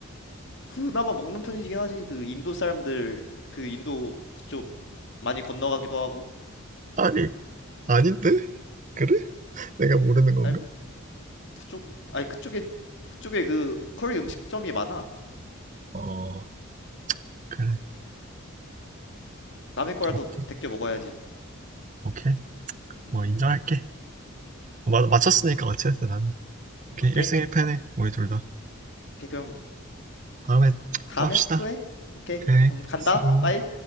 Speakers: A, on the left; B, on the right.
A: 그나마 먹는 편이긴 하지 그 인도 사람들 그 인도 그쪽 많이 건너가기도 하고
B: 아니, 아닌데? 그래? 내가 모르는 건가?
A: 아니 그쪽 아니 그쪽에 그쪽에 그 커리 음식점이 많아.
B: 어, 그래.
A: 남의 거라도
B: 오케이.
A: 베껴 먹어야지.
B: 오케이.
A: 음.
B: 뭐, 인정할게. 맞, 맞췄으니까 같이 했어, 나는. 오케이.
A: 오케이.
B: 1승 1패네. 우리 둘 다.
A: 오케이, 그럼
B: 다음에
A: 다음에
B: 또 합시다.
A: 또 해. 오케이.
B: 오케이.
A: 그럼 간다.
B: 수고.
A: 빠이.